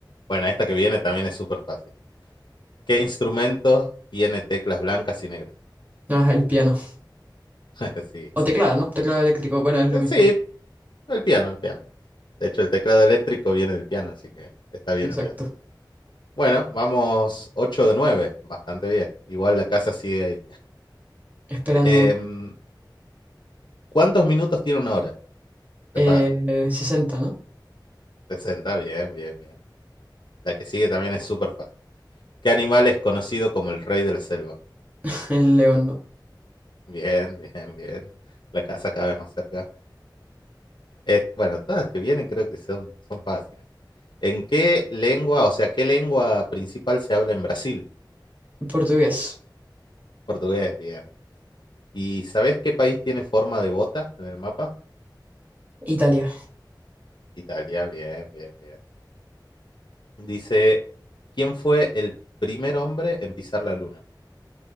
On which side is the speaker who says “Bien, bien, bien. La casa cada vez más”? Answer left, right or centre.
Left